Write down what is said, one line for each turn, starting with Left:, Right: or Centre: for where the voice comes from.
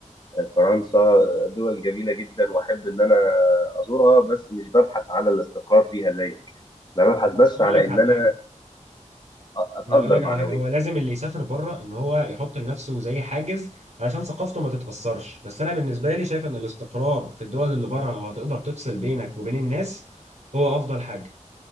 Left: آه، فرنسا آه، دول جميلة جدا وأحب إن أنا أزورها بس مش ببحث على الاستقرار فيها زيك أنا ببحث بس
Right: أقول
Left: على
Right: لك
Left: إن
Right: على
Left: أنا
Right: حاجة
Left: آه، أتقدر
Right: أنا أقول لك
Left: معنويا
Right: على حاجة هو لازم اللي يسافر بره إن هو يحط لنفسه زي حاجز علشان ثقافته ما تتأثرش بس أنا بالنسبة لي شايف إن الاستقرار في الدول اللي بره لو هتقدر تفصل بينك وبين الناس هو أفضل حاجة